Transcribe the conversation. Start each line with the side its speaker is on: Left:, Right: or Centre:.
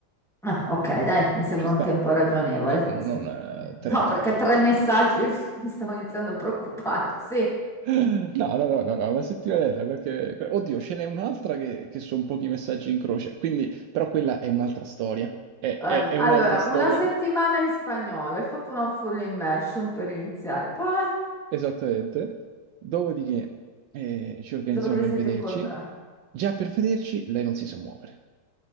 Centre: Ah, ok, dai, mi sembra
Right: ci sta.
Centre: un tempo ragionevole.
Right: Eh, non,
Centre: Sì.
Right: non, eh,
Centre: vabbè.
Right: tre
Centre: No,
Right: anni.
Centre: perché
Right: eh.
Centre: tre messaggi <laughs> mi stavo iniziando a preoccupare. Sì.
Right: No, no, no, no, no, una settimanella, perché... que- Oddio, ce n'è un'altra che, che sono pochi messaggi in croce, quindi... Però quella è un'altra storia. È,
Centre: Vabbè,
Right: è- è un'altra
Centre: Allora,
Right: storia,
Centre: una settimana in spagnolo, hai fatto una full immersion per iniziare. Poi,
Right: esattamente. Dopodiché eh, ci organizziamo
Centre: dove vi
Right: per
Centre: siete
Right: vederci.
Centre: incontrati?
Right: Già per vederci lei non si sa muovere.